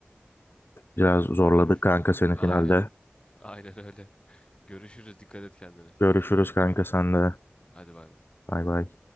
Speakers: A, on the left; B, on the left.
A: Biraz zorladık
B: Görüş.
A: kanka seni
B: Aynen.
A: finalde.
B: Aynen öyle. <laughs> Görüşürüz. Dikkat et kendine.
A: Görüşürüz kanka sen de.
B: Hadi bay bay.
A: Bay bay.